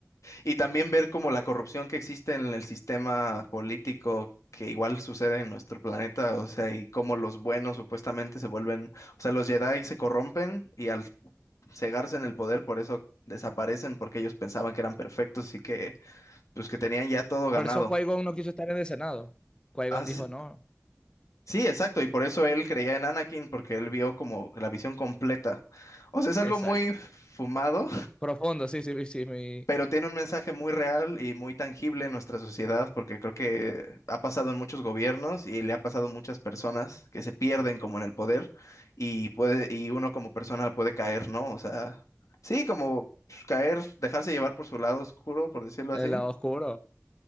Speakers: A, on the left; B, on the left.
A: Y también ver como la corrupción que existe en el sistema político que igual sucede en nuestro planeta, o sea, y cómo los buenos supuestamente se vuelven, o sea, los Jedi se corrompen y al cegarse en el poder, por eso desaparecen, porque ellos pensaban que eran perfectos y que, pues, que tenían ya todo ganado.
B: Por eso Qui-Gon no quiso estar en el Senado. Qui-Gon
A: Ah, sí,
B: dijo no.
A: sí, exacto, y por eso él creía en Anakin, porque él vio como la visión completa. O sea, es algo
B: Exacto.
A: muy fumado,
B: Profundo, sí, sí, sí, sí, mi,
A: pero tiene un mensaje muy real y muy tangible en nuestra sociedad, porque creo que ha pasado en muchos gobiernos y le ha pasado a muchas personas que se pierden como en el poder y puede, y uno como persona puede caer, ¿no? O sea, sí, como pues, caer, dejarse llevar por su lado oscuro, por decirlo
B: el
A: así,
B: lado oscuro.